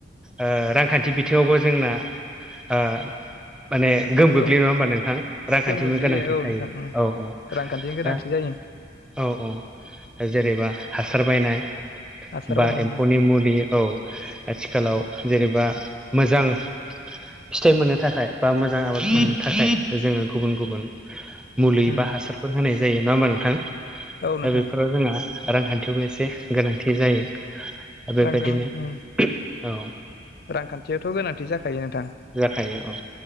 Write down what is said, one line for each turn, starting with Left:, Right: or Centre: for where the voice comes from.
Centre: ओ रांखान्थि बिथिङावबो जोंना ओ माने गोहोम गोग्लैयो
Left: औ
Centre: नङा होमबा नोंथां? रांखान्थिनिबो
Left: गोहोम गोग्लैयो
Centre: गोनांथि
Left: औ
Centre: थायो
Left: नोंथां उम
Centre: औ औ
Left: रांखान्थिनि गोनांथि
Centre: दा
Left: जायो
Centre: औ औ जेनेबा हासार बायनाय
Left: हासार
Centre: बा
Left: बायनाय उम
Centre: एम्फौनि मुलि औ आथिखालाव जेनेबा मोजां फिथाइ मोननो थाखाय बा मोजां आबाद मावनो
Left: उम
Centre: थाखाय जोङो गुबुन गुबुन मुलि
Left: उम
Centre: बा हासार फोर होनाय जायो नङा होमबा नोंथां?
Left: औ
Centre: दा
Left: नोंथां
Centre: बेफोराव जोंहा रांखान्थियावबो एसे गोनांथि जायो। दा बेबायदिनो
Left: रां गोनां उम
Centre: औ
Left: रांखान्थियावथ' गोनांथि जाखायो नोंथां।
Centre: जाखायो औ